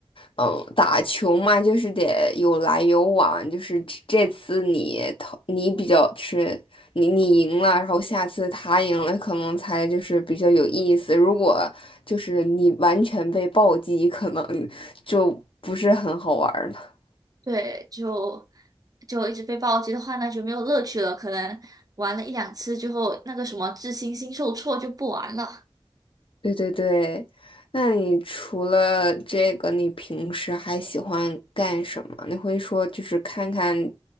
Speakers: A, on the left (about 65°); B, on the right (about 40°).
A: 嗯，打球嘛，就是得有来有往，就是这这次你投你比较是你你赢了，然后下次他赢了，可能才就是比较有意思。如果就是你完全被暴击，可能就不是很好玩儿了。
B: 对，就就一直被暴击的话，那就没有乐趣了。可能玩了一两次之后，那个什么智星星受挫就不玩了。
A: 对对对，那你除了这个，你平时还喜欢干什么？你会说就是看看